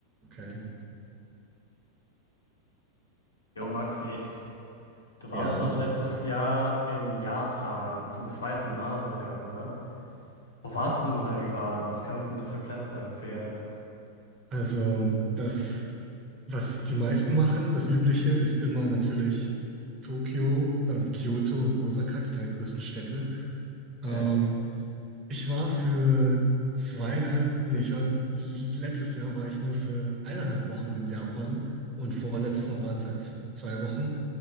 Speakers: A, on the right; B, on the left.
A: Okay.
B: Jo, Maxi, du warst
A: Ja.
B: doch letztes Jahr in Japan, zum zweiten Mal sogar, ne? Wo warst denn du da überall? Was kannst denn du für Plätze empfehlen?
A: Also das, was die meisten machen, das Übliche ist immer natürlich Tokio, dann Kyoto und Osaka, die drei größten Städte. Ähm,
B: Okay.
A: ich war für zweieinhalb, nee, ich war, letztes Jahr war ich nur für eineinhalb Wochen in Japan und vorletztes Mal waren es halt z- zwei Wochen.